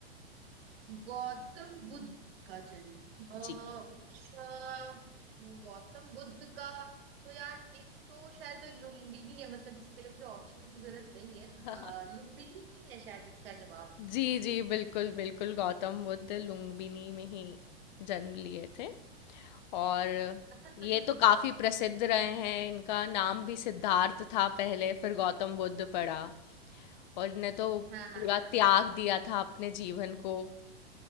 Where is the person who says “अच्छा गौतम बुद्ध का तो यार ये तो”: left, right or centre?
Right